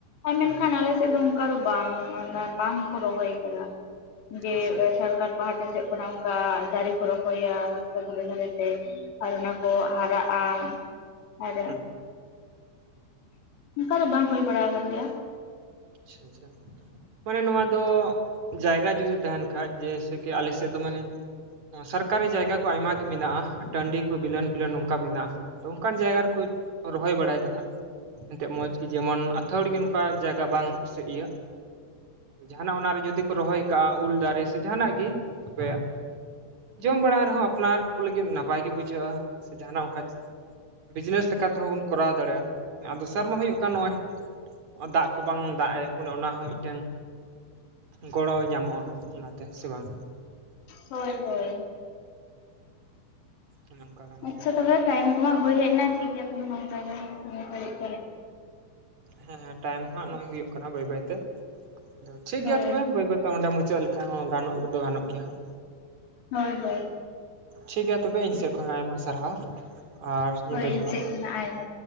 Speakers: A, on the right (about 40°); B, on the left (about 65°).
A: ᱦᱩᱸ
B: ᱟᱨ ᱢᱮᱱᱠᱷᱟᱱ ᱟᱞᱮ ᱥᱮᱫ ᱫᱚ ᱚᱱᱠᱟ ᱫᱚ ᱵᱟᱝ ᱚᱱᱟ ᱵᱟᱝ ᱠᱚ ᱨᱚᱦᱚᱭ ᱠᱟᱫᱟ᱾ ᱡᱮ
A: ᱟᱪᱪᱷᱟ
B: ᱥᱚᱨᱠᱟᱨ ᱯᱟᱦᱴᱟ ᱥᱮᱫ ᱠᱷᱚᱱᱟᱜ ᱚᱱᱠᱟ ᱫᱟᱨᱮ ᱠᱚ ᱨᱚᱦᱚᱭᱟ ᱠᱚ ᱨᱟᱥᱛᱟ ᱫᱷᱟᱨᱮ ᱫᱷᱟᱨᱮᱛᱮ᱾ ᱟᱨ ᱚᱱᱟ ᱠᱚ ᱦᱟᱨᱟᱜ-ᱟ᱾ ᱟᱨᱚ
A: ᱦᱩᱸ
B: ᱚᱱᱠᱟ ᱫᱚ ᱵᱟᱝ ᱦᱩᱭ ᱵᱟᱲᱟ ᱟᱠᱟᱱ ᱜᱮᱭᱟ᱾
A: ᱪᱷᱟᱸ ᱪᱷᱟᱸ᱾ ᱢᱟᱱᱮ ᱱᱚᱣᱟ ᱫᱚ᱾ ᱡᱟᱭᱜᱟ ᱡᱩᱫᱤ ᱛᱟᱦᱮᱱ ᱠᱷᱟᱡ ᱡᱮᱭᱥᱮ ᱠᱤ ᱟᱞᱮ ᱥᱮᱫ ᱫᱚ ᱢᱟᱱᱮ ᱥᱟᱨᱠᱟᱨᱤ ᱡᱟᱭᱜᱟ ᱠᱚ ᱟᱭᱢᱟ ᱜᱤ ᱢᱮᱱᱟᱜ-ᱟ᱾ ᱴᱟᱺᱰᱤ ᱠᱩ ᱵᱤᱞᱟ. ᱱ ᱵᱤᱞᱟ. ᱱ ᱱᱚᱝᱠᱟ ᱢᱮᱱᱟᱜ-ᱟ᱾ ᱟᱫᱚ ᱚᱱᱠᱟᱱ ᱡᱟᱭᱜᱟ ᱨᱮᱠᱩ ᱨᱚᱦᱚᱭ ᱵᱟᱲᱟᱭ ᱫᱟ ᱦᱟᱸᱜ᱾ ᱮᱱᱛᱮᱜ ᱢᱚᱡᱽ ᱜᱤ ᱡᱮᱢᱚᱱ ᱟᱛᱷᱟ. ᱣᱲᱤ ᱜᱮ ᱱᱚᱝᱠᱟ ᱡᱟᱭᱜᱟ ᱵᱟᱝ ᱥᱮ ᱤᱭᱟᱹ ᱡᱟᱦᱟᱱᱟᱜ ᱚᱱᱟᱨᱮ ᱡᱩᱫᱤ ᱠᱚ ᱨᱚᱦᱚᱭ ᱠᱟᱜ-ᱟ ᱩᱞ ᱫᱟᱨᱮ ᱥᱮ ᱡᱟᱦᱟᱱᱟᱜ ᱜᱤ ᱛᱚᱯᱮᱼᱼᱼ ᱡᱚᱢ ᱵᱟᱲᱟ ᱨᱮᱦᱚᱸ ᱟᱯᱱᱟᱨ ᱠᱩ ᱞᱤᱜᱤᱫ ᱱᱟᱯᱟᱭ ᱜᱮ ᱵᱩᱡᱷᱟᱹᱜ-ᱟ ᱥᱮ ᱡᱟᱦᱟᱱᱟᱜ ᱚᱱᱠᱟᱼᱼᱼ ᱵᱤᱡᱽᱱᱮᱥ ᱞᱮᱠᱟ ᱛᱮᱦᱚᱸ ᱵᱚᱱ ᱠᱚᱨᱟᱣ ᱫᱟᱲᱮᱭᱟᱜ-ᱟ ᱫᱚᱥᱟᱨ ᱢᱟ ᱦᱩᱭᱩᱜ ᱠᱟᱱ ᱱᱚᱜ-ᱚᱭᱼᱼᱼ ᱫᱟᱜ ᱠᱚ ᱵᱟᱝ ᱫᱟᱜ ᱮ ᱚᱱᱮ ᱚᱱᱟ ᱦᱚᱸ ᱢᱤᱫᱴᱮᱱ ᱜᱚᱲᱚ ᱧᱟᱢᱚᱜ-ᱟ ᱚᱱᱟᱛᱮ ᱦᱮᱥᱮ ᱵᱟᱝ?
B: ᱦᱳᱭ ᱦᱳᱭ᱾
A: ᱚᱱᱮ ᱚᱱᱠᱟ ᱠᱟᱱ
B: ᱟᱪᱪᱷᱟ
A: ᱜᱮᱭᱟ
B: ᱛᱚᱵᱮ ᱴᱟᱭᱤᱢ ᱠᱚᱢᱟ ᱦᱩᱭ ᱦᱮᱡ ᱮᱱᱟ ᱴᱷᱤᱠ ᱜᱮᱭᱟ ᱛᱚᱵᱮ ᱱᱚᱝᱠᱟ ᱜᱮ ᱱᱩᱱ ᱜᱷᱟᱹᱲᱤᱡ᱾ <unintelligible>
A: ᱦᱮᱸ ᱴᱟᱭᱤᱢ ᱢᱟ ᱦᱟᱜ ᱱᱚᱜ-ᱚᱭ ᱦᱩᱭᱩᱜ ᱠᱟᱱᱟ ᱵᱟᱹᱭ ᱵᱟᱹᱭᱛᱮ ᱟᱫᱚ ᱴᱷᱤᱠ
B: ᱦᱳᱭ
A: ᱜᱮᱭᱟ ᱛᱚᱵᱮ ᱵᱟᱹᱭ ᱵᱟᱹᱭᱼᱼᱼ ᱛᱮ ᱚᱸᱰᱮ ᱢᱩᱪᱟᱹᱜ ᱞᱮᱠᱷᱟᱱ ᱦᱚᱸ ᱜᱟᱱᱚᱜ ᱫᱚ ᱜᱟᱱᱚᱜ ᱜᱮᱭᱟ ᱦᱟᱸᱜ᱾
B: ᱦᱳᱭ ᱦᱳᱭ᱾
A: ᱴᱷᱤᱠ ᱜᱮᱭᱟ ᱛᱚᱵᱮ ᱤᱧ
B: ᱦᱳᱭ
A: ᱥᱮᱫ ᱠᱷᱚᱱ ᱦᱚᱸ ᱟᱭᱢᱟ ᱥᱟᱨᱦᱟᱣ᱾ ᱟᱨ ᱧᱤᱫᱟᱹ
B: ᱦᱳᱭ
A: ᱡᱚᱦᱟᱨ
B: ᱤᱧ ᱥᱮᱫ ᱠᱷᱚᱱᱟᱜ ᱟᱭᱢᱟᱼᱼᱼ